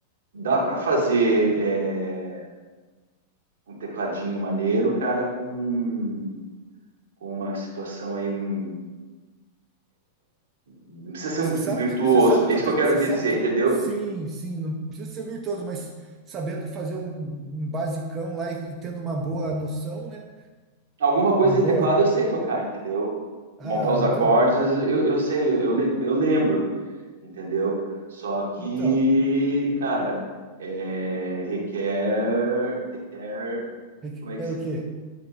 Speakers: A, on the right (about 80°); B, on the right (about 30°).
A: dá para fazer é, um tecladinho maneiro, cara, com, com uma situação aí. um- Não precisa ser um,
B: Você sabe,
A: um virtuoso,
B: to- você sabe
A: é
B: tocar,
A: isso que eu quero
B: você
A: dizer,
B: sabe. to-
A: entendeu?
B: Sim, sim, não precisa ser virtuoso, mas sabendo fazer um, um basicão lá e, e tendo uma boa noção, né?
A: Alguma coisa
B: Uma
A: de
B: boa.
A: teclado eu sei tocar, entendeu?
B: Ah,
A: Montar os
B: então,
A: acordes eu, eu sei, eu, le- eu lembro, entendeu? Só que,
B: então.
A: cara, é, requer, requer,
B: Requer
A: como é que se,
B: o quê?